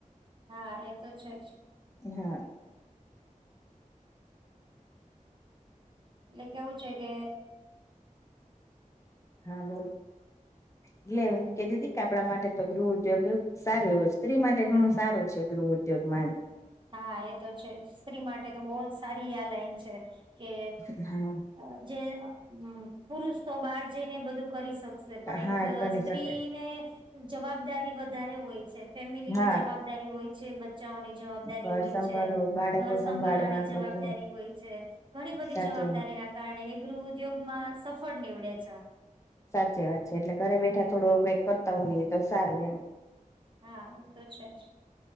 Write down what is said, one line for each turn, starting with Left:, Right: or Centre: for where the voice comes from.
Right: હા એ તો છે જ
Left: હા
Right: એટલે કેવું છે કે?
Left: હા બોલો
Right: <inaudible>
Left: એટલે કેતી હતી કે આપણા માટે તો ગૃહ ઉદ્યોગ સારું એવ સ્ત્રી માટે ઘણું સારું છે ગૃહ ઉદ્યોગ. ઉ્યોગમાંમ <inaudible>
Right: હા એ તો છે સ્ત્રી માટે તો બહ જ સારી આ લાઈન છે કે
Left: એમ હા
Right: અ જે હમ પુરુષ તો બહાર જઈને બધું કરી શકશે પણ
Left: હા
Right: એક
Left: કરી
Right: સ્ત્રીને
Left: શકે
Right: જવાબદારી વધારે હોય છે ફેમિલી
Left: હા
Right: ની જવાબદારી હોય છે બચ્ચાઓની જવાબદારી ઘર
Left: ઘર સંભાળવું બાળકો
Right: સંભળવાની
Left: સંભાળવા
Right: જવાબદારી
Left: બધું
Right: હોય છે ઘણી બધી
Left: સાચી
Right: જવાબદારી એના કારણે એ ગૃહ ઉદ્યોગમાં સફળ નીવડે છે.
Left: સાચી વાત છે એટલે ઘરે બેઠા થોડુક કઈક કરતા હોઈએ તો સારું એમ.
Right: હા એ તો છે જ